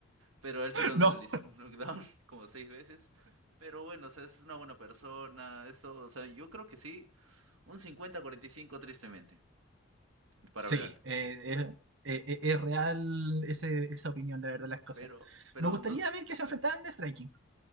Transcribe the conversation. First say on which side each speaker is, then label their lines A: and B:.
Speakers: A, on the right (about 85°); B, on the right (about 65°).
A: Pero a él sí lo,
B: no,
A: no, le hicieron un knockdown <laughs> como seis veces. Pero bueno, o sea, es una buena persona. Eso, o sea, yo creo que sí. Un cincuenta a cuarenta y cinco tristemente para
B: sí,
A: Belal.
B: eh, es, es- es real ese- esa opinión, la verdad, las cosas.
A: Pero, pero
B: Me gustaría
A: no...
B: ver que se
A: A
B: enfrentaran
A: ver,
B: en Striking.